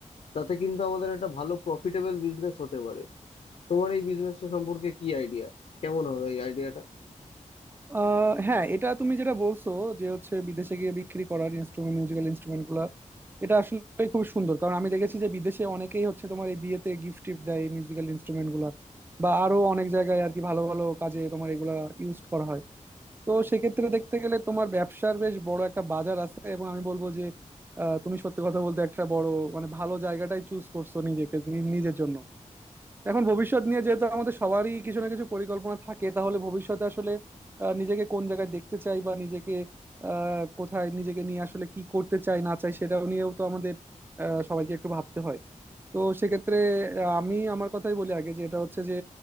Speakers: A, on the left (about 60°); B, on the right (about 15°).
A: তাতে কিন্তু আমাদের একটা ভালো প্রফিটেবল বিজনেস হতে পারে তোমার এই বিজনেসটা সম্পর্কে কি আইডিয়া কেমন হবে এই আইডিয়াটা
B: আহ হ্যাঁ এটা তুমি যেটা বলছো যে হচ্ছে বিদেশে গিয়ে বিক্রি করার ইনস্ট্রুমেন্ট মিউজিক্যাল ইনস্ট্রুমেন্ট গুলা এটা আসলে খুব সুন্দর কারণ আমি দেখেছি যে বিদেশে অনেকেই হচ্ছে তোমার এই বিয়েতে গিফট টিফট দেয় মিউজিক্যাল ইনস্ট্রুমেন্ট গুলা বা আরো অনেক জায়গায় আর কি ভালো ভালো কাজে তোমার এগুলা ইউজ করা হয় তো সেক্ষেত্রে দেখতে গেলে তোমার ব্যবসার বেশ বড় একটা বাজার আছে এবং আমি বলবো যে আহ, তুমি সত্যি কথা বলতে একটা বড় মানে ভালো জায়গাটাই চুজ করছো নিজেকে নি- নিজের জন্য এখন ভবিষ্যৎ নিয়ে যেহেতু আমাদের সবারই কিছু না কিছু পরিকল্পনা থাকে তাহলে ভবিষ্যতে আসলে আহ, নিজেকে কোন জায়গায় দেখতে চাই বা নিজেকে আহ, কোথায় নিজেকে নিয়ে আসলে কি করতে চাই না চাই সেটাও নিয়েও তো আমাদের আহ, সবাইকে একটু ভাবতে হয় তো সেক্ষেত্রে আহ, আমি আমার কথাই বলি আগে যে এটা হচ্ছে যে